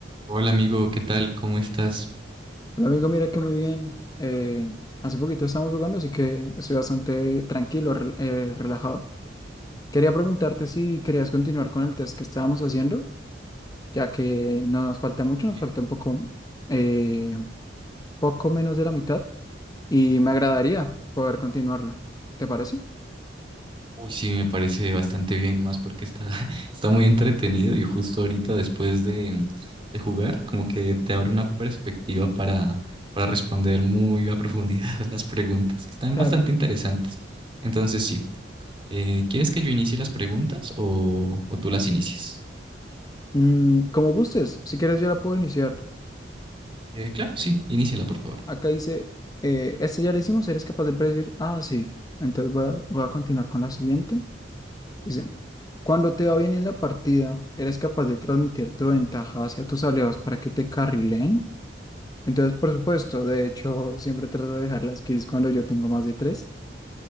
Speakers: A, on the right (about 30°); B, on the left (about 20°).
A: Hola amigo, ¿qué tal? ¿Cómo estás?
B: Hola amigo, mira que muy bien. Eh, hace poquito estamos jugando, así que estoy bastante tranquilo, re- eh, relajado. Quería preguntarte si querías continuar con el test que estábamos haciendo, ya que no nos falta mucho, nos
A: Eh,
B: falta un poco, eh, poco menos de la mitad y me agradaría poder continuarlo. ¿Te parece?
A: Uy, sí, me parece bastante bien, más porque está, <laughs> está muy entretenido y justo ahorita después de, de jugar, como que te abre una perspectiva para, para responder muy a profundidad <laughs> las preguntas, que están
B: Claro.
A: bastante interesantes. Entonces, sí, eh, ¿quieres que yo inicie las preguntas o, o tú las inicias?
B: Mm, como gustes, si quieres yo la puedo iniciar.
A: Eh, claro, sí, iníciala, por favor.
B: Acá dice, eh, este ya lo hicimos, ¿eres capaz de predecir? Ah, sí. Entonces voy a, voy a continuar con la siguiente. Dice, cuando te va bien en la partida, eres capaz de transmitir tu ventaja hacia tus aliados para que te carrileen. Entonces, por supuesto, de hecho, siempre trato de dejar las kills cuando yo tengo más de tres.